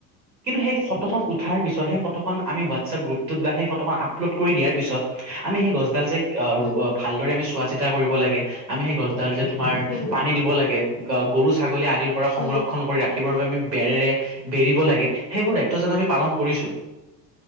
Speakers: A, on the right (about 80°); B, on the left (about 45°).
A: কিন্তু সেই ফটোখন
B: হুম
A: উঠাৰ পিছত সেই ফটোখন আমি হোৱাটছএপ গ্ৰুপটোত বা সেই ফটোখন আপলোড কৰি দিয়াৰ পিছত আমি সেই গছডাল যে অ
B: হুম
A: ৰুব ভালদৰে আমি চোৱা চিতা কৰিব লাগে। আমি সেই গছডাল যে তোমাৰ
B: হুম
A: পানী দিব লাগে। গ গৰু ছাগলী আদিৰ পৰা
B: হুম
A: সংৰক্ষণ কৰি ৰাখ খিবৰ বাবে আমি বেৰেৰে বেৰিব লাগে। সেইবোৰ দায়িত্ব যে আমি পালন কৰিছোঁ।